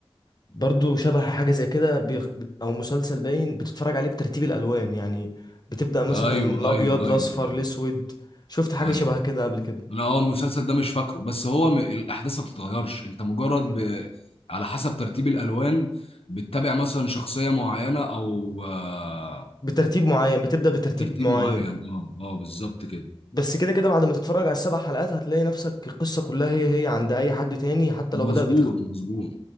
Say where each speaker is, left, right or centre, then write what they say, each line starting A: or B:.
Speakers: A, on the left; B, on the left.
A: برضو شبه حاجة زي كده بيخ... او مسلسل باين بتتفرج عليه بترتيب الالوان يعني بتبدأ مثلا
B: ايوه
A: من الابيض
B: ايوه ايوه
A: الاصفر
B: ايوه
A: الاسود شفت حاجة
B: ايوه
A: شبه كده قبل كده
B: انا اه المسلسل ده مش فاكره بس هو م... الاحداث ما بتتغيرش انت مجرد
A: مم.
B: ب... على حسب ترتيب الالوان بتتابع مثلا شخصيه معينه او آه،
A: بترتيب معين بتبدأ بترتيب
B: ترتيب
A: معين
B: معين اه اه بالظبط كده
A: بس كده كده بعد ما تتفرج على السبع حلقات هتلاقي نفسك القصة كلها هي هي عند اي حد تاني حتى
B: مظبوط
A: لو بدأ بتخت...
B: مظبوط